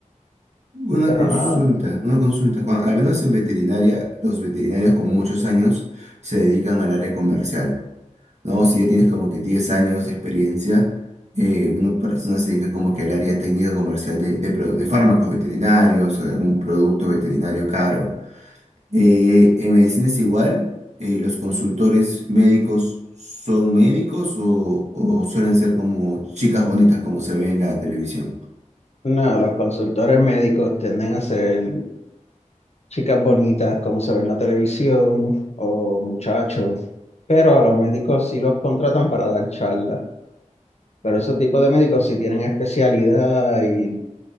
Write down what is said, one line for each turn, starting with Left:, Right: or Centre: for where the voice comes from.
Right: una
Left: pero
Right: consulta,
Left: nada,
Right: una consulta, Juan. Al menos en veterinaria, los veterinarios con muchos años se dedican al área comercial, ¿no? Si ya tienes como que 10 años de experiencia, eh, una persona se dedica como que al área técnica comercial de, de, produ- de fármacos veterinarios o de algún producto veterinario caro. Eh, en medicina es igual, eh, los consultores médicos son médicos o, o suelen ser como chicas bonitas como se ve en la televisión.
Left: nada, los consultores médicos tienden a ser chicas bonitas como se ve en la televisión o muchachos. Pero a los médicos sí los contratan para dar charlas. Pero ese tipo de médicos sí tienen especialidad y